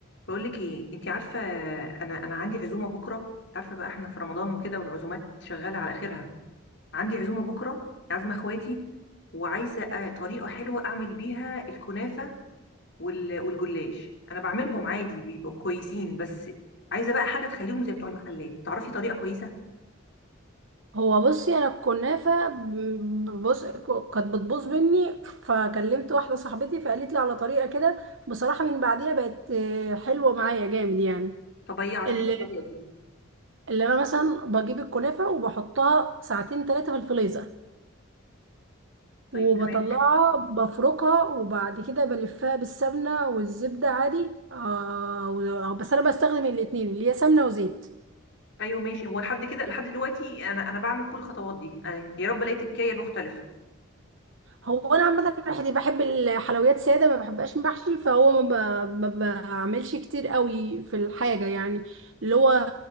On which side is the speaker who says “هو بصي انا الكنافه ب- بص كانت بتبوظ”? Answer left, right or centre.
Right